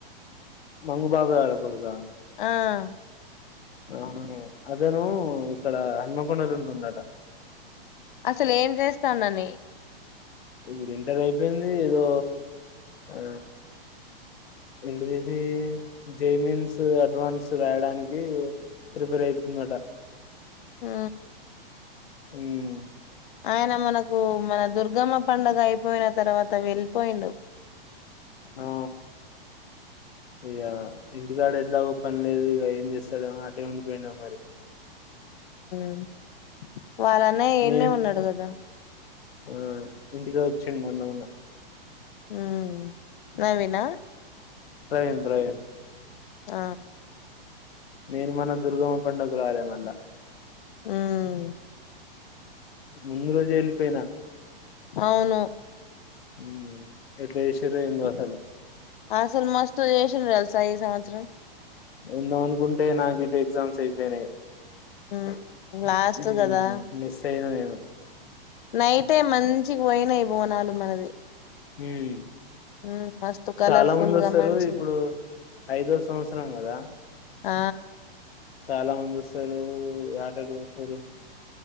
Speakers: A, on the left; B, on the left.
A: మంగు బాబాయ్ వాళ్ళ కొడుకా
B: ఆ
A: ఆ అదేను ఇక్కడ హన్మకొండలుంటుండట
B: అసలు ఏం చేస్తాండని
A: ఇప్పుడు ఇంటర్ అయిపోయింది ఏదో ఆ ఇంటి తీసి జైమిన్స్ అడ్వాన్స్ రాయడానికి ప్రిపేర్ అయితుందట
B: మ్
A: ఉమ్
B: ఆయన మనకు మన దుర్ ర్గమ్మ పండుగ అయిపోయిన తర్వాత వెళ్ళిపోయిండు
A: ఆ ఇగ హిందుగాడు ఎట్లాగో పనిలేదు ఇగ ఏం చేస్తాడేమో అటే ఉండిపోయిండో మరి
B: మ్ వాళ్ళన్న ఈడ్నే
A: నే
B: ఉన్నాడు గదా
A: ఆ ఇంటికే వచ్చిండు మొన్న మొన్న
B: మ్ నవీనా
A: ట్రైన్ ట్రైన్
B: ఆ
A: నిర్మన దుర్గమ్మ పండగక్కు రాలే మల్ల
B: మ్మ్మ్
A: ముందు రోజే ఎళ్ళిపోయినా
B: అవును
A: ఉం ఎట్ల చేసిర్రో ఏందో అసలు
B: అసలు మస్తు చేసిండ్రు తెలుసా ఈ సంవత్సరం
A: ఉందాం అనుకుంటే నాకిటు ఎగ్జామ్స్ ఐపోయినాయ్
B: ఉమ్
A: <unintelligible>
B: లాస్ట్ కదా
A: మిస్ అయినా నేను
B: నైటే మంచిగ పోయినాయి బోనాలు మనది
A: హుమ్
B: ఉమ్ మస్తు కలర్ఫుల్
A: చాలా మంది వస్తారు
B: గా మంచిగా
A: ఇప్పుడు ఐదో సంవత్సరం గదా
B: ఆ
A: చాలా మంది వస్తారు యాట గొడ్తరు